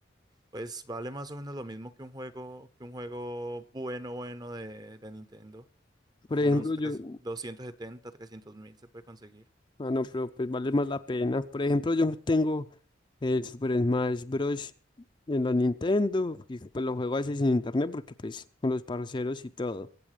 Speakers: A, on the right (about 20°); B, on the left (about 25°).
A: Pues vale más o menos lo mismo que un juego, que un juego bueno, bueno de, de Nintendo.
B: Por
A: Como
B: ejemplo,
A: unos tres-
B: yo,
A: 270, 300 mil se puede conseguir.
B: ah, no, pero pues vale más la pena. Por ejemplo, yo tengo el Super Smash Bros. en la Nintendo, y pues lo juego a veces sin internet porque pues con los parceros y todo.